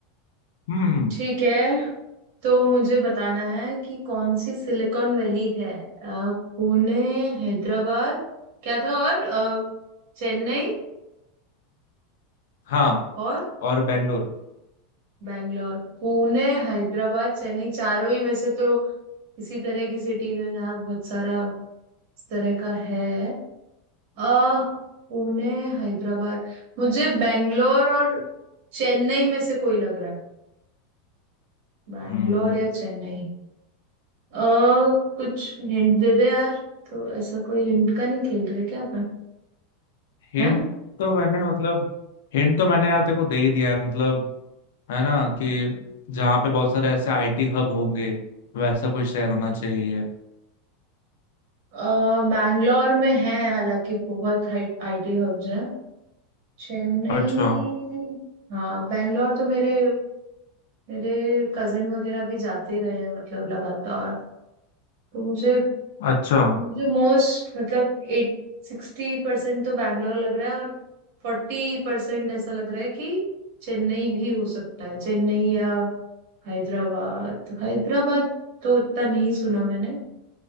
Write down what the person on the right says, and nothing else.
ठीक है तो मुझे बताना है कि कौन सी सिलिकॉन वैली है अ, पुणे हैदराबाद क्या था और अ, चेन्नई
और
बैंगलोर पुणे हैदराबाद चेन्नई चारों ही वैसे तो इसी तरह की सिटीज है जहाँ बहुत सारा इस तरह का है अ पुणे हैदराबाद मुझे बैंगलोर और चेन्नई में से कोई लग रहा है बैंगलोर
या चेन्नई अ कुछ हिंट दे दे यार तो ऐसा कोई हिंट का नहीं खेल रहे क्या
हैं
अ, बैंगलोर में है हालांकि बहुत हाई आईटी हब्स हैं चेन्नई
हाँ बैंगलोर तो मेरे मेरे कजिन वगैरह भी जाते ही रहे हैं मतलब लगातार तो मुझे
मुझे मोस्ट मतलब एट सिक्सटी परसेंट तो बैंगलोर लग रहा है और फोर्टी परसेंट ऐसा लग रहा है कि चेन्नई भी हो सकता है चेन्नई या हैदराबाद हैदराबाद तो उतना नहीं सुना मैंने